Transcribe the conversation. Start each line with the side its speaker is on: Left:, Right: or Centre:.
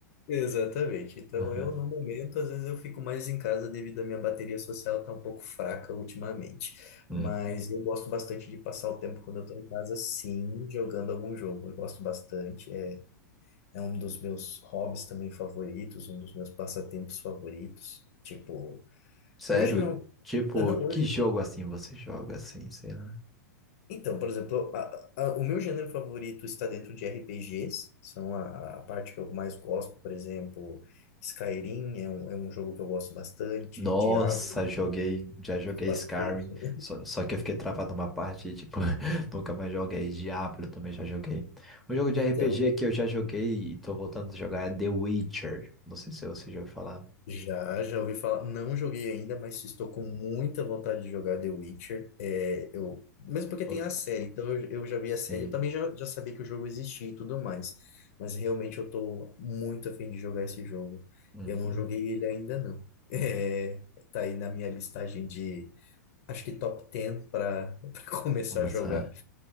Left: Exatamente. Então,
Centre: Aham.
Left: eu, no momento, às vezes eu fico mais em casa devido à minha bateria social tá um pouco fraca ultimamente.
Centre: Hum.
Left: Mas eu gosto bastante de passar o tempo quando eu tô em casa, sim, jogando algum jogo. Eu gosto bastante. É, é um dos meus hobbies também favoritos, um dos meus passatempos favoritos. Tipo,
Centre: Sério?
Left: hoje não.
Centre: Tipo,
Left: Aham, hoje,
Centre: que jogo assim você joga assim, sei lá?
Left: Então, por exemplo, a- a- o meu gênero favorito está dentro de RPGs, são a, a a parte que eu mais gosto, por exemplo, Skyrim é um, é um jogo que eu gosto bastante,
Centre: Nossa,
Left: Diablo,
Centre: joguei, já joguei
Left: gosto bastante.
Centre: Skyrim, só, só que eu fiquei travado numa parte, e, tipo, <laughs> nunca mais joguei. Diablo também já joguei. Um jogo de
Left: Então,
Centre: RPG que eu já joguei e tô voltando a jogar é The Witcher. Não sei se você já ouviu falar.
Left: Já, já ouvi falar. Não joguei ainda, mas estou com muita vontade de jogar The Witcher. É, eu, mesmo porque tem
Centre: Ou-
Left: a série, então eu, eu já vi
Centre: Sim.
Left: a série. Eu também já, já sabia que o jogo existia e tudo mais. Mas realmente eu tô muito afim de jogar esse jogo.
Centre: Uhum.
Left: Eu não joguei ele ainda, não. <laughs> É, tá aí na minha listagem de, acho que top 10 para <laughs> começar
Centre: Começar.
Left: a jogar.